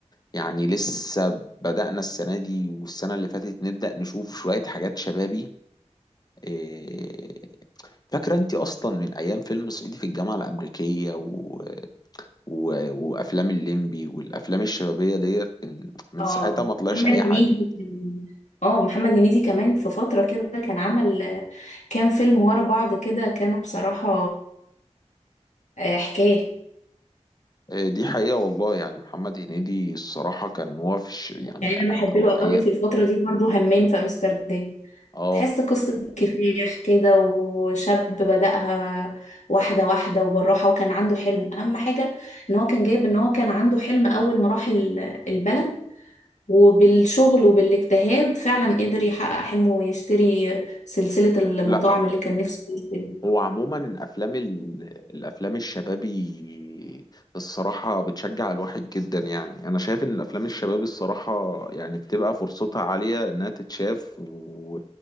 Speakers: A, on the left; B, on the left.
A: يعني لسه بدأنا السنه دي والسنه اللي فاتت نبدأ نشوف شويه حاجات شبابي إيه، فاكره انت اصلا من ايام فيلم صعيدي في الجامعه الامريكيه و... و... وافلام الليمبي والافلام الشبابيه ديت من من
B: اه
A: ساعتها ما طلعش
B: محمد
A: اي
B: هنيدي
A: حاجه
B: كان- اه محمد هنيدي كمان في فترة كده كان عمل آه، كام فيلم ورا بعض كده كانوا بصراحة آه، حكاية
A: آه، دي حقيقة والله يعني محمد هنيدي الصراحة كان وافش يعني
B: يعني انا بحب له
A: أي-
B: قوي في الفترة دي برضو همام في امستردام
A: اه
B: تحس قصة كفاح كده وشاب بدأها واحدة واحدة وبالراحة وكان عنده حلم أهم حاجة إن هو كان جايب إن هو كان عنده حلم أول ما راح ال- البلد وبالشغل وبالاجتهاد فعلا قدر يحقق حلمه ويشتري سلسلة المطاعم
A: لا
B: اللي كان نفسه يشتريها
A: وعموما افلام ال... الافلام الشبابي الصراحة بتشجع الواحد جدا يعني انا شايف ان الافلام الشبابي الصراحة يعني بتبقى فرصتها عالية انها تتشاف و...